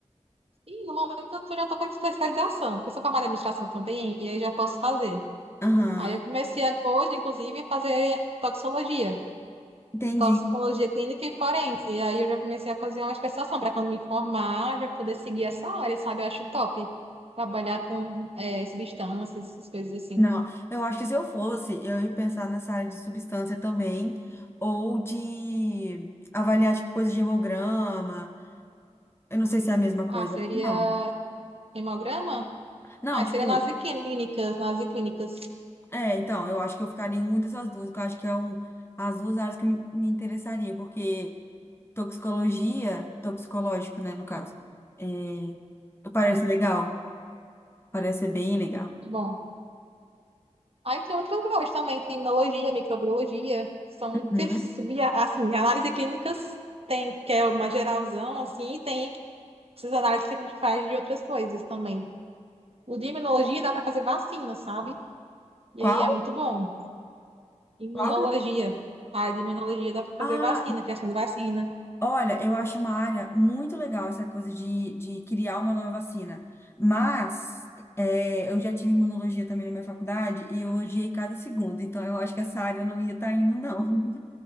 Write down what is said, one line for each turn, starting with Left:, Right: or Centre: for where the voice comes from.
Right: E no momento eu já estou com especialização, porque eu sou camarada de administração também, e aí já posso fazer.
Left: Aham,
Right: Aí eu comecei a- hoje, inclusive, a fazer toxicologia,
Left: entendi.
Right: toxicologia clínica e forense. E aí eu já comecei a fazer uma especialização para quando me formar, já poder seguir essa área, sabe? Eu acho top trabalhar com eh, substâncias, essas coisas assim.
Left: Não, eu acho que se eu fosse, eu ia pensar nessa área de substância também, ou de avaliar, tipo, coisa de hemograma. Eu não sei se é a mesma
Right: Ah,
Left: coisa,
Right: seria
Left: acho que não.
Right: hemograma?
Left: Não,
Right: Ah,
Left: tipo,
Right: seria nas clínicas, nas clínicas.
Left: É, então, eu acho que eu ficaria em uma dessas duas, que eu acho que é um, as duas áreas que me, me interessaria, porque toxicologia, toxicológico, né, no caso, é, parece
Right: É,
Left: legal, parece ser bem legal.
Right: muito bom. Aí tem outras áreas também, tem imunologia, microbiologia, são muitas,
Left: Uhum.
Right: sub- assim, análise clínicas tem, que é uma geralzão, assim, e tem essas análises que a gente faz de outras coisas também. O de imunologia dá para fazer vacina, sabe? E
Left: Qual?
Right: aí é muito bom. Imunologia.
Left: Qual? que- é?
Right: A área de imunologia dá para
Left: Ah,
Right: fazer vacina, criação de vacina.
Left: olha, eu acho uma área muito legal essa coisa de, de criar uma nova vacina, mas é, eu já tive imunologia também na minha faculdade e eu odiei cada segundo, então eu acho que essa área eu não ia estar indo, não.